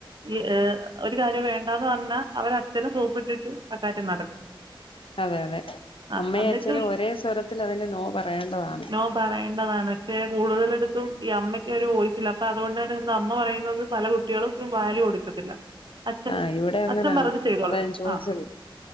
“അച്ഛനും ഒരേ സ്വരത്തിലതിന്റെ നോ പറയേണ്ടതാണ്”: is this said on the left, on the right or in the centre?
Left